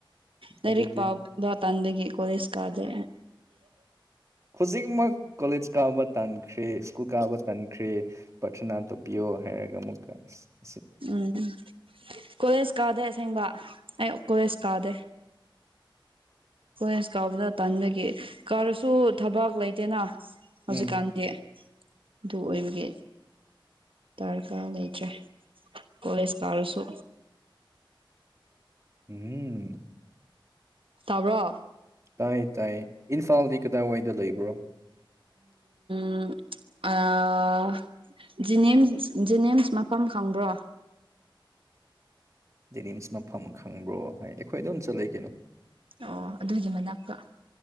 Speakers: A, on the right; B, on the right.
A: ꯗꯔꯤꯛ
B: ꯑꯗꯨꯗꯤ
A: ꯄꯥꯎ ꯇꯗꯗꯒꯤ ꯀꯣꯏꯁꯀꯥꯗꯦ
B: ꯍꯧꯖꯤꯛꯃꯛ ꯀꯣꯂꯦꯖ ꯀꯥꯕ ꯇꯥꯟꯈ꯭ꯔꯦ ꯁ꯭ꯀꯨꯜ ꯀꯥꯕ ꯇꯥꯟꯈ꯭ꯔꯦ ꯄꯔꯊꯅꯥ ꯇꯧꯕꯤꯌꯣ ꯍꯥꯏꯔꯒ ꯑꯃꯨꯛꯀ ꯑꯁ
A: ꯎꯝ ꯀꯣꯋꯦꯁ ꯀꯥꯗꯦ ꯑꯁꯦꯡꯕ ꯑꯩ ꯀꯣꯋꯦꯁ ꯀꯥꯗꯦ ꯍꯣꯏ ꯑꯁ ꯀꯥꯕꯨꯗ ꯇꯥꯟꯕꯒꯦ ꯀꯥꯔꯁꯨ ꯊꯕꯥꯛ ꯂꯩꯇꯦꯅ ꯍꯧꯖꯤꯛꯀꯥꯟꯗꯤ
B: ꯎꯝ
A: ꯑꯗꯨ ꯑꯣꯏꯕꯒꯤ ꯗꯔꯀꯥꯔ ꯂꯩꯇ꯭ꯔꯦ ꯀꯣꯂꯦꯖ ꯀꯥꯔꯁꯨ
B: ꯎꯝ
A: ꯇꯥꯕ꯭ꯔꯣ
B: ꯇꯥꯏ ꯇꯥꯏꯌꯦ ꯏꯝꯐꯥꯜꯗꯤ ꯀꯗꯥꯏꯋꯥꯏꯗ ꯂꯩꯕ꯭ꯔꯣ
A: ꯎꯝ ꯑ ꯖꯤꯅꯤꯝꯁ ꯖꯤꯅꯤꯝꯁ ꯃꯐꯝ ꯈꯪꯕ꯭ꯔꯣ
B: ꯖꯦꯅꯤꯝꯁ ꯃꯐꯝ ꯈꯪꯕ꯭ꯔꯣ ꯍꯥꯏ ꯑꯩꯈꯣꯏ ꯑꯗꯨꯝ ꯆꯠꯂ ꯀꯩꯅꯣ
A: ꯑꯣ ꯑꯗꯨꯒꯤ ꯃꯅꯥꯛꯇ